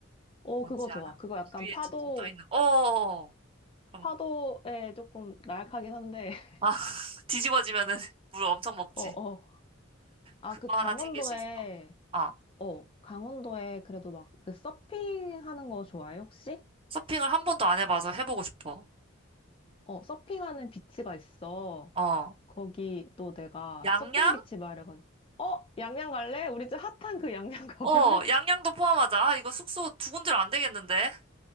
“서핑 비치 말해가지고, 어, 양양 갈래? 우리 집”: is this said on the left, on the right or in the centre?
Left